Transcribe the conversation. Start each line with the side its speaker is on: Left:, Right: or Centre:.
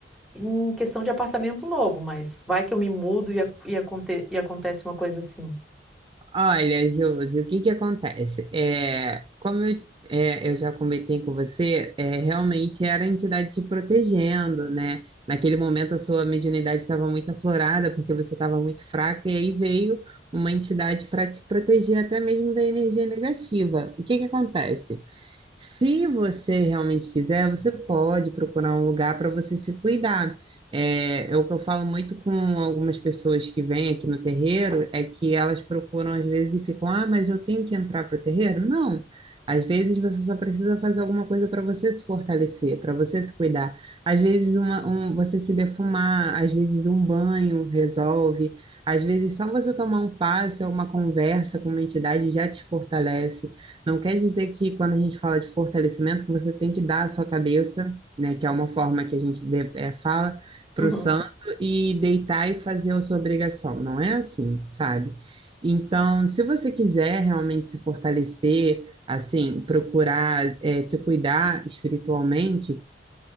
Centre: em questão de apartamento novo, mas vai que eu me mudo e, a- e, aconte- e acontece uma coisa assim.
Right: Olha, Josi, o que que acontece? É, como eu, é, eu já comentei com você, é, realmente era a entidade te protegendo, né? Naquele momento a sua mediunidade estava muito aflorada, porque você estava muito fraca, e aí veio uma entidade para te proteger até mesmo da energia negativa. O que que acontece? Se você realmente quiser, você pode procurar um lugar para você se cuidar. É, é o que eu falo muito com algumas pessoas que vêm aqui no terreiro, é que elas procuram às vezes e ficam, ah, mas eu tenho que entrar para o terreiro? Não. Às vezes você só precisa fazer alguma coisa para você se fortalecer, para você se cuidar. Às vezes uma, um, você se defumar, às vezes um banho resolve, às vezes só você tomar um passe ou uma conversa com uma entidade já te fortalece. Não quer dizer que quando a gente fala de fortalecimento, que você tem que dar a sua cabeça, né, que é uma forma que a gente de- é, fala para
Centre: Uhum.
Right: o santo e deitar e fazer a sua obrigação. Não é assim, sabe? Então, se você quiser realmente se fortalecer, assim, procurar, é, se cuidar espiritualmente,